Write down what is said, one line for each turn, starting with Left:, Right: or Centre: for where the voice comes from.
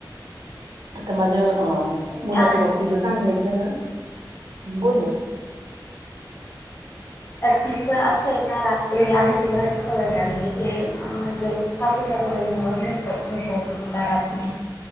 Right: आता माझ्या अं
Left: नाही
Right: मुलाच्या
Left: आणि
Right: बाब तिज सांगायचं न, बोल ना.
Left: त तिचं असंय ना रात्री, आम्ही तिला अशी सवय पाडली की माझे सासू सासऱ्यांजवळ झोपत, झोपवतो तिला रात्री.